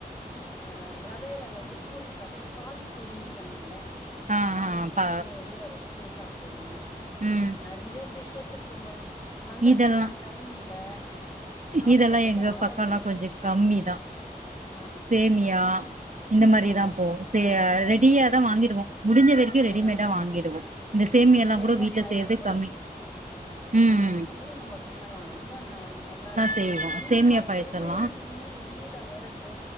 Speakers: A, on the left; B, on the right.
A: அ ரவைல வந்து பூரி பண்ணி பால் பூரினு பண்ணுவோ
B: ஆ
A: பால்
B: ஆ
A: விட்டு
B: பா
A: ஊற வச் வச்சு சாப்பிடுவோ
B: ம்
A: நெறைய டிஷ் ஸ் இருக்குங்க பண்றதுக்கு
B: இதெல்லா
A: தா இல்ல சாப்பிடுறதுக்கு
B: இதெல்லா எங்க பக்கல்லா
A: ஆள் இல்ல
B: கொஞ்சோ கம்மிதா
A: ஆ
B: சேமியா இந்த மாதிரிதா
A: ஆ அதா
B: போவு ரெடியா தா வாங்கிடுவோ முடிஞ்ச வரைக்கு ரெடிமேடா
A: அதா
B: வாங்கிடுவோ இந்த
A: ஆ
B: சேமியால்லா
A: சேமியா
B: கூட வீட்ல
A: பாயசம்
B: செய்யறதே கம்மி ம்ம்
A: இப்ப நம்ம பண்ணலா ரொம்ப ந நல்லா இருக்கு
B: செய்வோ
A: என்னன்னா
B: சேமியா பாயசல்லா
A: பொறுமையா நின்னு நெயில வறுத்து